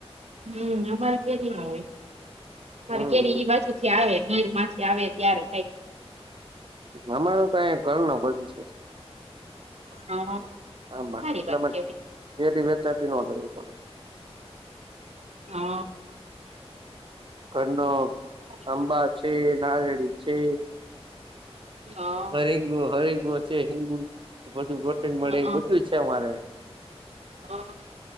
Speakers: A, on the right (about 85°); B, on the right (about 50°).
A: હું અમારે કેરીનો હોય. અમારે
B: હમ
A: કેરીઈ બાજુથી આવે ગીરમાંથી આવે ત્યારે થાય.
B: અમારો તો અહીંયા ઘરનો બધું. <unintelligible>
A: હા તો સારી વાત કેવાય હા.
B: ઘરનો
A: સારી
B: આંબા
A: વાત.
B: છે, નારયેળી છે
A: હા
B: હરંગુ હરિંગુ છે <unintelligible> બધું રોટંગ મળે
A: હા
B: બધું છે મારે
A: હા